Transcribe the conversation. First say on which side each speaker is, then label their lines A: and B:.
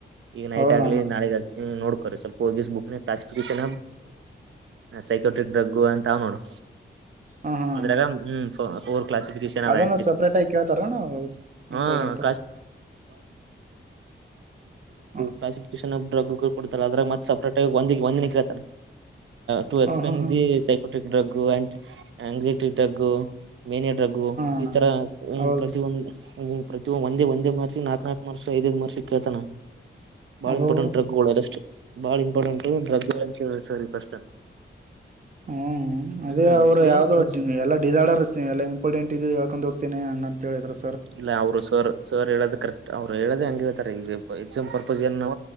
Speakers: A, on the right; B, on the right.
A: ಈಗ ನೈಟ್
B: ಹೌದಣ್ಣ
A: ಆಗ್ಲಿ ನಾಳೆಗ ಆಗ್ಲಿ ನೋಡ್ಕೋರಿ ಸ್ವಲ್ಪಿಸ್ ಬುಕ್ ನ ಕ್ಲಾಸಿಫಿಕೇಶನ್ ಹ ಸೈಕೋಟ್ರಿಕ್ ಡ್ರಗ್ಗು ಅಂತಾವ ನೋಡು
B: ಹಾ ಹಾ ಅಣ್ಣ
A: ಅದ್ರಾಗ ಹ್ಮ ಕ್ಫ ಹ ಕ್ಲಾಸಿಫಿಕನ್ ಹ
B: ಅದನ್ನ ಸಪ್ರೇಟ್ ಆಗಿ ಕೇಳ್ತಾರಣ್ಣ ಅದು
A: ಇಂಂ
B: ಇಂಪಾರ್ಟೆಂಟ್ ಹಾ
A: ಕ್ಲಾಸಿಫಿಕೇಶನ್ ಡ್ರಗ್ ಕೊಡ್ತಲ್ಲ ಅದ್ರಾಗ ಮತ್ತೆ ಸಪ್ರೇಟ್ ಆಗ ಒಂದ ಒಂದಿನ ಇೇತ ಟವೆಲ್ತ್
B: ಹಾ
A: ಪೈನ್
B: ಹಾ ಹಾ
A: ಇ ಸೈಕೋಟಿಕ್ ಡ್ರಗ್ ಅಂ ಎಂಗಸೈಟಿಕ್ ಡ್ರಗ್ ಮೇನ ಡ್ರಗ್ಗು
B: ಅಣ್ಣ
A: ಈಥರ
B: ಹೌದು
A: ಪ್ರತಿಯೊಂದು ಪ್ರತಿಿಯ ಒ ಒಂದೇ ಒಂದೇ ಮಾರ್ಷಿ ನಾಕಕ್ ನಾಕುರ್ಷ ಐದೈದ್ ಮರ್ಷಕ್ಕೆ ಕೇಳ್ತನ ಬಾಳ
B: ಅದು
A: ಇಂಪಾರ್ಟೆಂಟ್ ಡ್ರಗ್ಗಳು ಅಷ್ಟಟ್ ಬಾಳ ಇಂಪಾರ್ಟೆಂಟ್ ಡ್ರಗ್ ಗಳ ಹೇಳ ಸರ್ ಈಸ್
B: ಹ್ಮ್ ಅದೇ
A: ಹ್ಮ್
B: ಅವರು
A: ಆಕ್ಚುಲಿ
B: ಯಾವ್ದ
A: ನಿಮ್
B: ಎಲ್ಲ ಡಿಸಾರ್ಡರ್ಸ್ ಎಲ್ಲ ಇಂಪಾರ್ಟೆಂಟ್ ಇದ ಹೇಳ್ಕೊಂಡ್ ಹೋಗ್ತೇನೆಿ ಹಂಗ ಅಂತ ಹೇಳಿದ್ರರು
A: ಇಲ್ಲ ಅವ್ರು ಸರ್ ಸರ್ ಹೇಳೋದ ಕರೆಕ್ಟ್ ಅವ್ರು ಹೇಳೋದ ಹಂಗಿಳ್ತಾರೆ ಈಗ ಎಕ್ಸ್ ಪರ್ಪಸ್ ಎ ನ